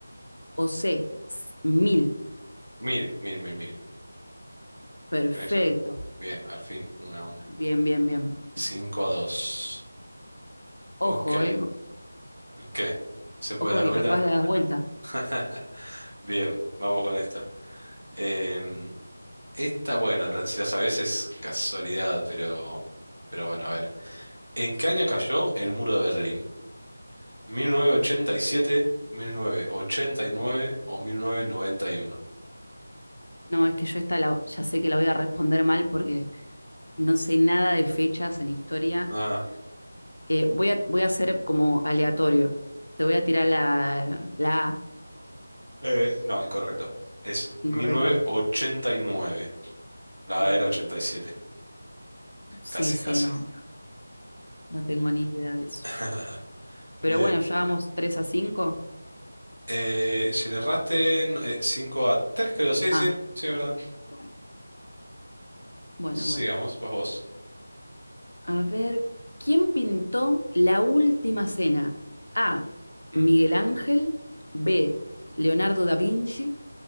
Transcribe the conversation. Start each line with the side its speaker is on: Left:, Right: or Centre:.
Left: o C, 1000.
Right: Mil, mil, mil, mil.
Left: Perfecto.
Right: Tiene que ser mil. Bien, al fin, una a una.
Left: Bien, bien, bien.
Right: 5 a 2.
Left: Ojo,
Right: Ok.
Left: eh.
Right: ¿Qué? ¿Se puede
Left: Ojo
Right: dar
Left: que
Right: vuelta?
Left: capaz la das vuelta.
Right: <laughs> Bien, vamos con esta. Em, esta, bueno, la- si la sabes es casualidad, pero, pero bueno, a ver. ¿En qué año cayó el muro de Berlín? mil mil novecientos novecientos ochenta ochenta y siete mil novecientos ochenta y nueve o mil novecientos noventa y uno
Left: No, es que yo esta la- ya sé que la voy a responder mal porque no sé nada de fechas en historia.
Right: Ah,
Left: Eh, voy a, voy a hacer como aleatorio. Te voy a tirar la, la A,
Right: eh, no, incorrecto. Es
Left: incorrecto.
Right: mil novecientos ochenta y nueve La
Left: Uh,
Right: era ochenta y siete
Left: sí,
Right: Casi,
Left: sí,
Right: casi.
Left: no, no tengo ni idea de eso.
Right: <laughs>
Left: Pero
Right: Bien.
Left: bueno, ya vamos 3 a cinco.
Right: Eh, si le erraste eh, cinco a tres creo. Sí,
Left: Ah,
Right: sí, sí, ¿verdad?
Left: bueno, bueno,
Right: Sigamos,
Left: bueno.
Right: vas vos.
Left: A ver, ¿quién pintó la última cena? A.
Right: Mm,
Left: Miguel Ángel. B. Leonardo da Vinci.